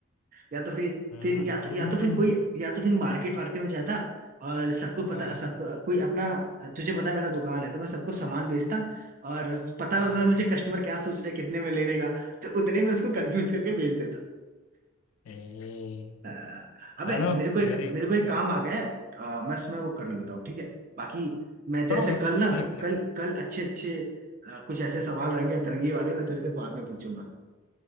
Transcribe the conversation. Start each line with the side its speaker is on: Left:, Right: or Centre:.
Right: या तो फिर
Left: हाँ
Right: फिर या
Left: हाँ
Right: तो या तो फिर कोई या तो फिर मार्केट वार्केट में जाता और सबको पता
Left: हाँ,
Right: सबको कोई अपना तुझे पता है मेरा दुकान है तो मैं सबको सामान बेचता और पता
Left: हाँ।
Right: रहता मुझे कस्टमर क्या सोच रहे कितने में लेने का तो उतने में उसको कंफ्यूज करके बेच देता
Left: ए
Right: अ, अबे
Left: चलो
Right: मेरे को एक
Left: वेरी
Right: मेरे
Left: गुड
Right: को एक
Left: वेरी
Right: काम
Left: गुड
Right: आ गया है अ, मैं उसमें वो कर लेता हूँ ठीक है बाकी मैं तेरे
Left: करोगे
Right: से कल ना
Left: ठीक ठीक
Right: कल कल अच्छे अच्छे अ, कुछ ऐसे सवाल रहेंगे अतरंगी वाले मैं तेरे से बाद में पूछूंगा